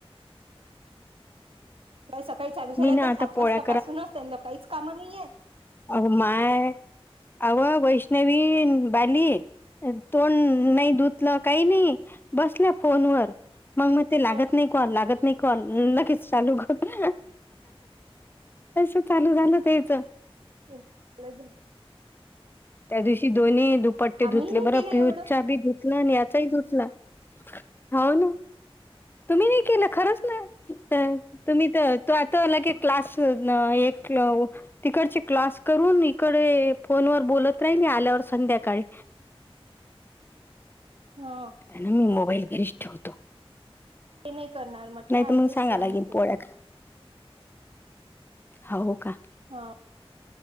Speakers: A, on the right; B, on the left.
A: सकाळी सकाळी चालू झाल्या
B: मी ना
A: त्या
B: आता
A: सात
B: पोळ्या
A: वाजता पाासूनच त्यांना काहीच कामं नाहीये.
B: अग माय, आव वैष्णवी बाली. तोंड नाही धुतलं काही नाही बसल्या फोनवर मग मग ते लागत
A: ह
B: नाही. कॉल लागत नाही कॉल लगेच चालू कर. कस चालू झालं त्याच.
A: <unintelligible>
B: त्या दिवशी दोन्ही दुपट्टे
A: आम्ही
B: धुतले
A: नाही
B: बरं
A: केलं
B: पियूश
A: एवढं
B: चा बी धुतला आणि या <unintelligible> धुतला, हाओ ना तुम्ही, नाही केलं खरंच ना. तर तुम्ही तर तो <unintelligible> ना एक. <unintelligible> तिकडची क्लास करून इकडे फोन वर बोलत <unintelligible> आल्यावर संध्याकाळी.
A: हा.
B: मी मोबाईल घरीचठेवतो.
A: ते नाही करणार म्हटलं
B: तर
A: ऍडजस्ट
B: मग सांगा
A: करून
B: लागेल
A: ठेवतो.
B: पोळ्या हो का.
A: हा.